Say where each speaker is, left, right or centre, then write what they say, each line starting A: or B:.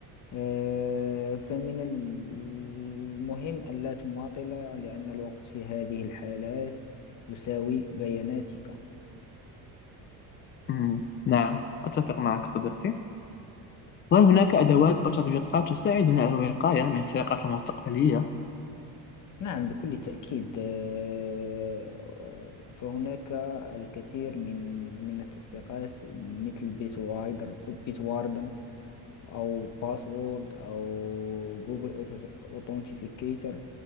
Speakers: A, on the left; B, on the left.
A: آه، فمن المهم ألا تماطل لأن الوقت في هذه الحالات يساوي بياناتك
B: مم، نعم أتفق معك صديقي وهل هناك أدوات أو تطبيقات تساعدنا على الوقاية من اختراقات المستقبلية؟
A: نعم بكل تأكيد آه، فهناك الكثير من من التطبيقات مثل بيت وايدر بيت واردن أو باسورد أو جوجل أوتنتيفيكيتر